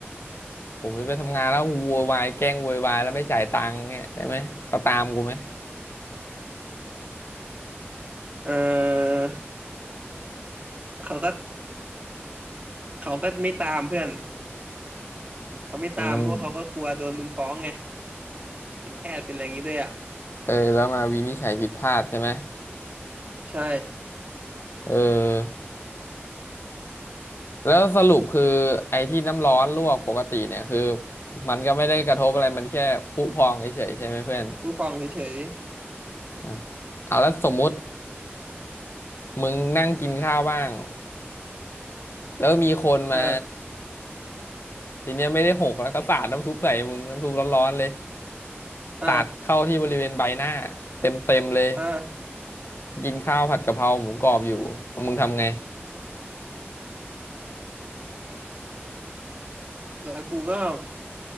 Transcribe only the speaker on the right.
เออเขาก็เขาก็ไม่ตามเพื่อนเขาไม่ตามเพราะว่าเขาก็กลัวโดนมึงฟ้องไง
เป็นแพทย์เป็นอะไรอย่างนี้ด้วยอ่ะ
ใช่
ผู้ฟ้องเฉย
ๆอ่า
อ่า
อ่า
แล้วกูก็